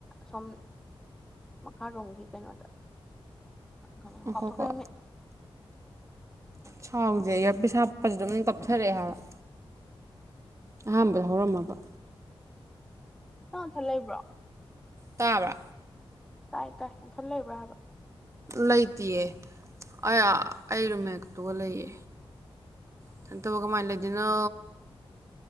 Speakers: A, in the centre; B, on the right.
A: ꯁꯣꯝ ꯃꯈꯥꯔꯣꯝꯒꯤ ꯀꯩꯅꯣꯗ ꯑ ꯀꯥ
B: ꯉꯈꯣꯀꯣ
A: ꯀꯥꯎꯊꯣꯛꯈ꯭ꯔꯦ ꯃꯃꯤꯡ
B: ꯁꯥꯎꯁꯦ ꯑꯌꯥꯔꯄꯤꯁ ꯍꯥꯞꯄꯁꯤ ꯑꯗꯨꯝ ꯇꯞꯊꯔꯛꯑꯦ ꯍꯥꯏꯕ ꯑꯍꯥꯟꯕꯗ ꯍꯧꯔꯝꯃꯒ
A: ꯅꯪ ꯅꯊꯟ ꯂꯩꯕ꯭ꯔꯣ
B: ꯇꯥꯕ꯭ꯔꯥ
A: ꯇꯥꯏ ꯇꯥꯏ ꯅꯊꯟ ꯂꯩꯕ꯭ꯔꯥ ꯍꯥꯏꯕ ꯕꯥ
B: ꯂꯩꯇꯦꯌꯦ ꯑꯩ ꯑꯥ ꯑꯩ ꯔꯨꯝꯃꯦꯠꯇꯨꯒ ꯂꯩꯌꯦ ꯏꯇꯟꯇꯕꯨ ꯀꯃꯥꯏꯅ ꯂꯩꯗꯣꯏꯅꯣ